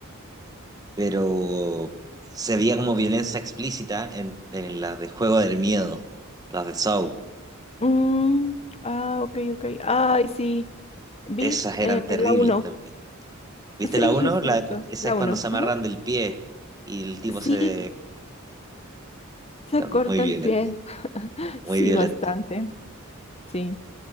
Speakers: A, on the right; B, on the left.
A: pero se veía como violencia explícita en, en las de Juego del Miedo, las de Saw.
B: Mm, ah, ok, ok. Ay, sí. Vi
A: Esas eran
B: eh,
A: terribles
B: la uno
A: también.
B: <laughs>
A: ¿Viste
B: Sí,
A: la uno?
B: es cierto.
A: La, de cu- esa
B: La
A: es cuando
B: uno
A: se amarran
B: Ajá.
A: del pie y el tipo
B: Sí,
A: se...
B: se
A: También
B: corta
A: muy violenta,
B: el pie. <laughs>
A: muy
B: Sí,
A: violenta.
B: bastante. Sí.